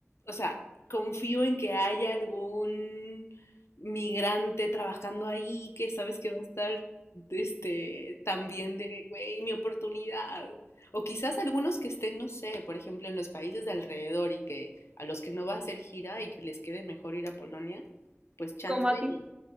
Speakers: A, on the left; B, on the right.
A: o sea, confío en que haya algún migrante trabajando ahí que sabes que va a estar, este, también de, güey, mi oportunidad. O quizás algunos que estén, no sé, por ejemplo, en los países de alrededor y que a los que no va a hacer gira y que les quede mejor ir a Polonia, pues chance
B: como a ti.
A: y...